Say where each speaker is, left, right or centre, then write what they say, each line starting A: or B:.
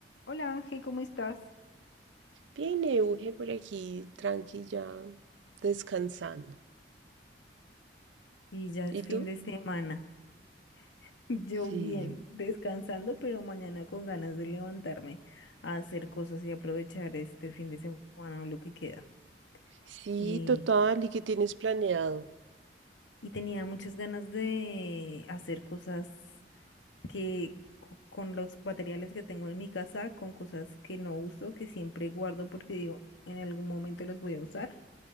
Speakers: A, on the left; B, on the right.
A: Hola Ángel, ¿cómo estás?
B: Bien, Euge, por aquí, tranquila, descansando.
A: Y ya es
B: ¿Y tú?
A: fin de semana. <laughs> Yo
B: Sí.
A: bien, descansando, pero mañana con ganas de levantarme a hacer cosas y aprovechar este fin de semana o lo que queda.
B: Sí,
A: Eh,
B: total, ¿y qué tienes planeado?
A: y tenía muchas ganas de hacer cosas que co- con los materiales que tengo en mi casa, con cosas que no uso, que siempre guardo porque digo, en algún momento los voy a usar.